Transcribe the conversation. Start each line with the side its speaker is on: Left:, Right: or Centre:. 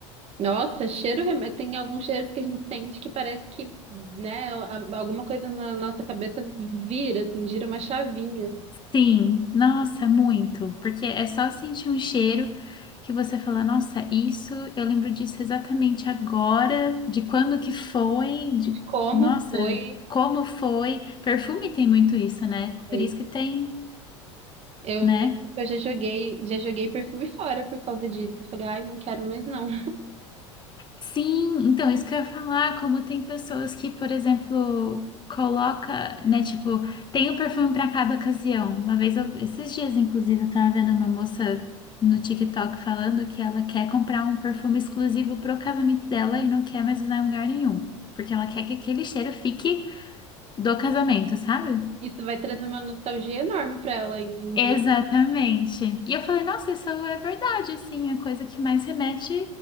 Right: Nossa, cheiro, reme- tem alguns cheiros que a gente sente que parece que, né, a- alguma coisa na nossa cabeça vira, assim, gira uma chavinha.
Left: Sim, nossa, muito. Porque é só sentir um cheiro que você fala, nossa, isso, eu lembro disso exatamente agora, de quando que foi, de,
Right: Como
Left: nossa,
Right: foi?
Left: como foi. Perfume tem muito isso, né? Por
Right: Ai,
Left: isso que tem,
Right: eu,
Left: né?
Right: eu já joguei, já joguei perfume fora por causa disso. Eu falei, ai, não quero mais não.
Left: Sim, então isso que eu ia falar, como tem pessoas que, por exemplo, coloca, né, tipo, tem um perfume para cada ocasião. Uma vez, eu- esses dias, inclusive, eu tava vendo uma moça no TikTok falando que ela quer comprar um perfume exclusivo pro casamento dela e não quer mais usar em lugar nenhum, porque ela quer que aquele cheiro fique do casamento, sabe?
Right: Isso vai trazer uma nostalgia enorme pra ela ainda um dia.
Left: Exatamente. E eu falei, nossa, isso é verdade, assim, a coisa que mais remete